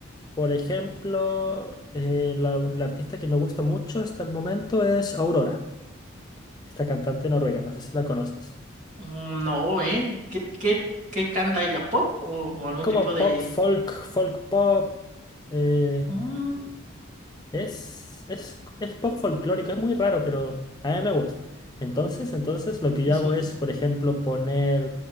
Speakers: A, on the left; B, on the right.
A: Por ejemplo, eh, la, la artista que me gusta mucho hasta el momento es Aurora, esta cantante noruega, no sé si la conoces.
B: Mm, No, ¿eh? ¿Qué, qué, qué canta ella? ¿Pop o, o algún
A: Es como
B: tipo de...?
A: pop, folk, folk pop. eh,
B: Mm,
A: Es, es, es pop folclórico, es muy raro, pero a mí me gusta. Entonces, entonces lo que
B: sí,
A: yo
B: sí.
A: hago es, por ejemplo, poner